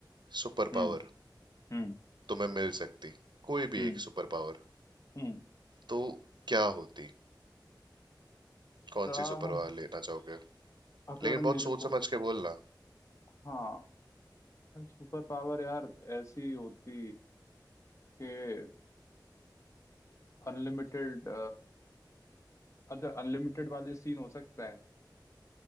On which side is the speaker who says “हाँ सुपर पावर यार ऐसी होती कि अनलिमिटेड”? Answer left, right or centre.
Left